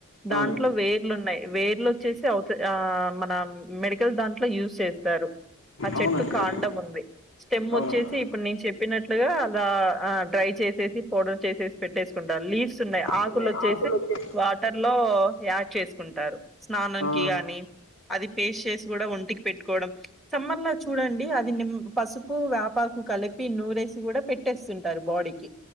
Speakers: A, in the centre; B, on the left.
A: దాంట్లో
B: అవునండి
A: వేర్లు ఉన్నాయి వేర్లు వచ్చేసి అవుత ఆ మన మెడికల్ దాంట్లో యూజ్ చేస్తారు చెట్టు
B: అవునంటండి
A: కాండము ఉంది స్టెమ్
B: అవునండి
A: వచ్చేసి ఇప్పుడు నేను చెప్పినట్లు అలా ఆ డ్రై చేసేసి పౌడర్ చేసేసి పెట్టేసుకుంటారు లీవ్స్ ఉన్నాయి
B: వస్తున్నాయి
A: ఆకులు వచ్చేసి
B: వచ్చే
A: వాటర్ లో యాడ్ చేసుకుంటారు స్నానం
B: ఆ
A: కి గానీ అది పేస్ట్ చేసి కూడా ఒంటికి పెట్టుకోవడం సమ్మర్ లో చూడండి అది నిమ్ పసుపు వేపకు కలిపి నూరేసి కూడా పెట్టేస్తుంటారు బాడీకి